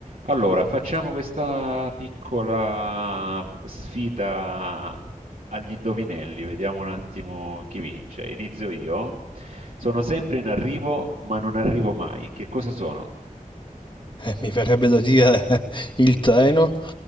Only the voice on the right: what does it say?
Allora, facciamo questa piccola sfida agli indovinelli, vediamo un attimo chi vince. Inizio io. Sono sempre in arrivo, ma non arrivo mai. Che cosa sono?